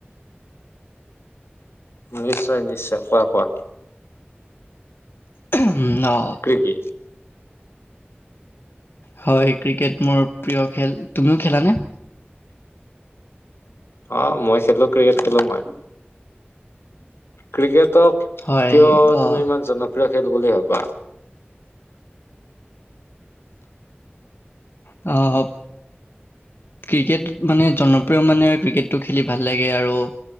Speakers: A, on the left; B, on the left.
A: নিশ্চয় নিশ্চয়, কোৱা কোৱা।
B: হুহ, অ'।
A: ডিউতি।
B: হয়, ক্ৰিকেট মোৰ প্ৰিয় খেল, তুমিও খেলানে?
A: অ মই খেলো। ক্ৰিকেট খেলো মই। ক্ৰিকেটক
B: হয়
A: কিয়
B: অহ
A: তুমি ইমান জনপ্ৰিয় খেল বুলি ভাবা?
B: অ। হ ক্ৰিকেট মানে জনপ্ৰিয় মানে ক্ৰিকেটটো খেলি ভাল লাগে আৰু।